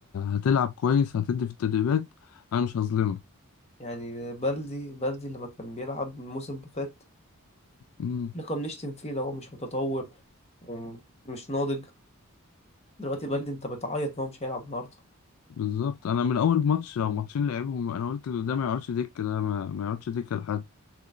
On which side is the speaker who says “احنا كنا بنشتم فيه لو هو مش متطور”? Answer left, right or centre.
Left